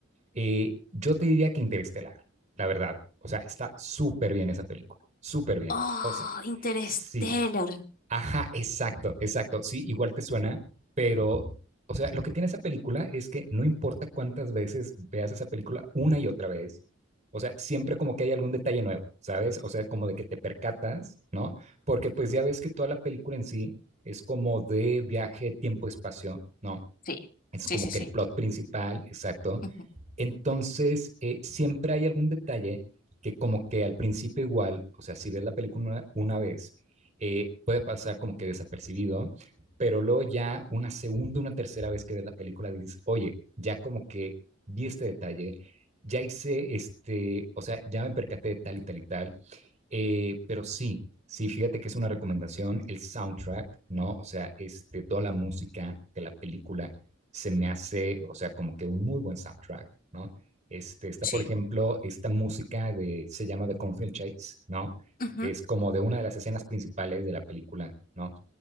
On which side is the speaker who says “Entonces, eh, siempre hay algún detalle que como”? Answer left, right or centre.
Right